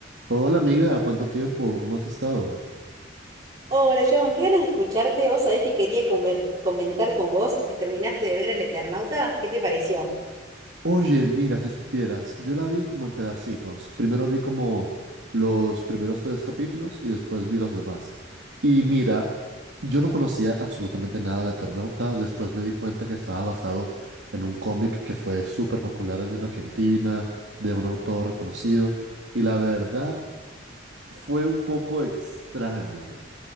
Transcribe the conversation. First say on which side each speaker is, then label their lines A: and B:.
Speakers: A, on the right; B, on the right.
A: Hola amiga, ¿cuánto tiempo? ¿Cómo has estado?
B: Hola, John, qué ganas de escucharte. Vos sabés que quería conver- comentar con vos si terminaste de ver El Eternauta. ¿Qué te pareció?
A: Oye, mira, si supieras, yo la vi como en pedacitos. Primero vi como los primeros tres capítulos y después vi los demás. Y mira, yo no conocía absolutamente nada de Eternauta, después me di cuenta que estaba basado en un cómic que fue súper popular allá en Argentina, de un autor reconocido, y la verdad fue un poco extraño.